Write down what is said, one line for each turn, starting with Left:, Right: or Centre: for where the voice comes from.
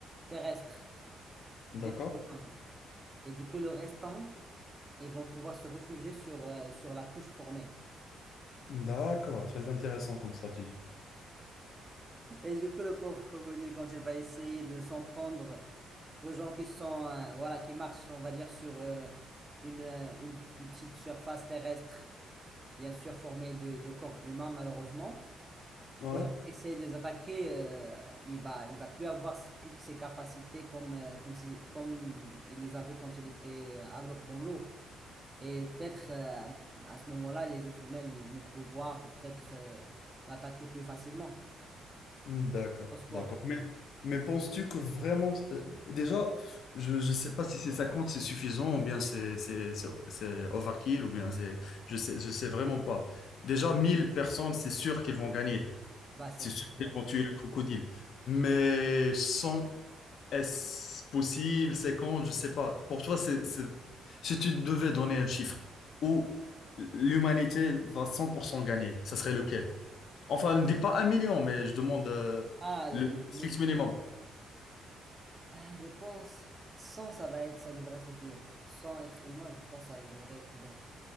Right: terrestre
Left: D'accord.
Right: d'êtres humains. Et du coup, le restant, ils vont pouvoir se réfugier sur, euh, sur la couche formée.
Left: D'accord. Très intéressant comme stratégie.
Right: Et du coup, le pauvre crocodile, quand il va essayer de s'en prendre aux gens qui sont, euh, voilà, qui marchent, on va dire, sur euh, une, euh, une petite surface terrestre, bien sûr formée de, de corps humains, malheureusement.
Left: Ouais.
Right: Quand il va essayer de les attaquer, euh, il va, il va plus avoir s- toutes ses capacités comme, euh, comme si, comme il les avait quand il était euh, à l'eau- dans l'eau. Et peut-être euh, à ce moment-là, les êtres humains ils vont pouvoir peut-être euh, l'attaquer plus facilement.
Left: D'accord.
Right: Je pense quoi?
Left: D'accord. Mais, mais penses-tu que vraiment... euh, Déjà, je ne sais pas si c'est 50, c'est suffisant, ou bien c'est c'est- c'est- c'est overkill, ou bien c'est... Je sais, je sais vraiment pas. Déjà, 1000 personnes, c'est sûr qu'ils vont gagner.
Right: Bah, ça
Left: C'est
Right: c'est
Left: sûr
Right: sûr.
Left: qu'ils vont tuer le crocodile. Mais cent Est-ce possible? C'est quand? Je sais pas. Pour toi, c'est, c'est- si tu devais donner un chiffre où l'humanité va 100% gagner, ça serait lequel? Enfin, ne dis pas un million, mais je demande euh,
Right: Ah, le-
Left: le
Right: le-
Left: strict
Right: les gens-
Left: minimum.
Right: ah, je pense, sans ça va être, ça devrait suffire. Sans être humain, je pense que ça devrait être bon.